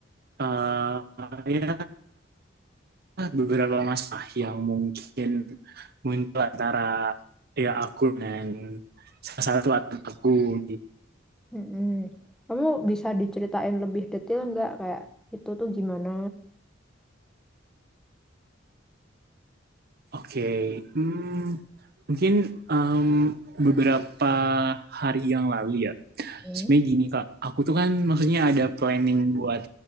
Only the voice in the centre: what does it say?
Mm-mm. Kamu bisa diceritain lebih detail nggak kayak itu tuh gimana?
Mm-mm.